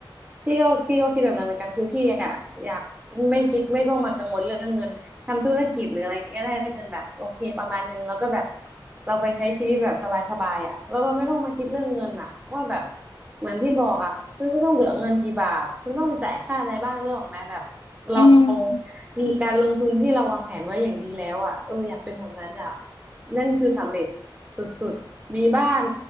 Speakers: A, on the right; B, on the left.
A: พี่ก็พี่ก็คิดแบบนั้นเหมือนกันคือพี่อะอยากไม่คิดไม่ต้องมากังวลเรื่องเงินทำธุรกิจหรืออะไรก็ได้จนแบบโอเคประมาณนึงแล้วก็แบบเราไปใช้ชีวิตแบบสบายๆอะแล้วเราไม่ต้องมาคิดเรื่องเงินอะว่าแบบเหมือนที่บอกอะฉันจะต้องเหลือเงินกี่บาทฉันต้องไปจ่ายค่าอะไรบ้างเนกออกไหมแบบเรา
B: อืม
A: มีการลงทุนที่เราวางแผนไว้อย่างดีแล้วอะเอออยากเป็นแบบนั้นอยากนั่นคือสำเร็จสุดๆมีบ้าน